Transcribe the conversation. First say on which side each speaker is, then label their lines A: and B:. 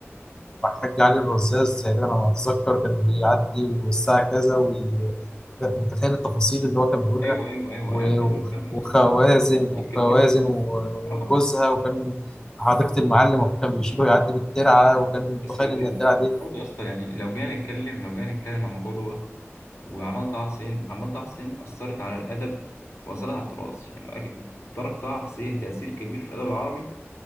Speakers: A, on the left (about 15°); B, on the left (about 70°).
A: وحاج علي الرزاز تقريبا انا ما اتذكر كان بيعدي والساعه كذا وي- كانت متخيل التفاصيل اللي هو كان بيقولها
B: أيوه أيوه أيوه
A: و-
B: أيوه فاهمك
A: و-
B: فاهمك
A: وخوازن
B: يا اسطى فاهمك. أنا متأكد
A: وخوازن
B: برضه
A: و-
B: أه
A: وجوزها وكان حديقة المعلم وأخوه كان بيشيله يعدي بالترعة وكان
B: بس
A: متخيل
B: لو
A: إن
B: جينا
A: الترعة دي
B: برضه يا اسطى يعني لو جينا نتكلم لو جينا نتكلم عن الموضوع دوت وعمل طه حسين عمل طه حسين أثرت على الأدب وأثرت على التراث يعني ترك طه حسين تأثير كبير في الأدب العربي